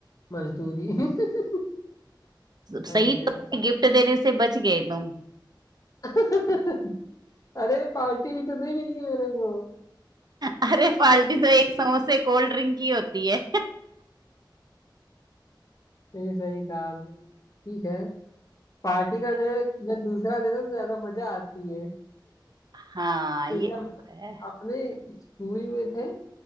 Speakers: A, on the left; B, on the right.
A: मजदूरी <laughs>
B: सही
A: और क्या
B: तो गिफ्ट देने से बच गए तुम
A: <laughs> अरे पार्टी भी तो नहीं मिली मेरे को
B: अरे पार्टी तो एक समोसे कोल्ड ड्रिंक की होती है
A: नहीं सही कहा आपने ठीक है पार्टी का जो है जब दूसरा देता तो ज्यादा मजा आती है
B: हाँ ये
A: जैसे
B: तो
A: हम
B: है
A: अपने स्कूल में थे